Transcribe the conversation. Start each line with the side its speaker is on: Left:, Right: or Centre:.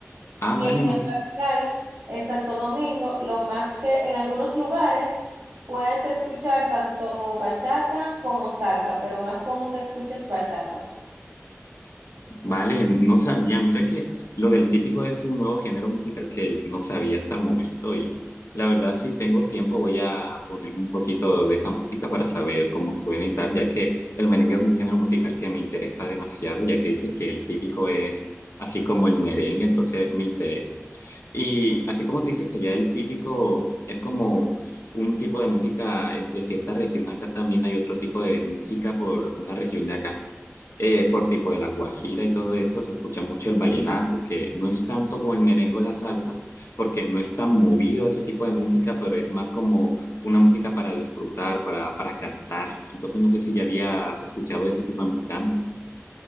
Left: Ah,
Right: Y
Left: vale,
Right: en
Left: no.
Right: la capital, en Santo Domingo, lo más que en algunos lugares puedes escuchar tanto bachata como salsa, pero más común que escuches bachata.
Left: Vale, no sabía. Mira que lo del típico es un nuevo género musical que no sabía hasta el momento y la verdad si tengo tiempo voy a ponerme un poquito de esa música para saber cómo suena y tal, ya que el merengue es un género musical que me interesa demasiado, ya que dice que el típico es así como el merengue, entonces me interesa. Y así como te dices que ya el típico es como un tipo de música eh, de cierta región, acá también hay otro tipo de música por una región de acá eh, por tipo de la guajira y todo eso, se escucha mucho el vallenato, que no es tanto como el merengue o la salsa, porque no es tan movido ese tipo de música, pero es más como una música para disfrutar, para, para cantar. Entonces no sé si ya habías escuchado ese tipo de música antes.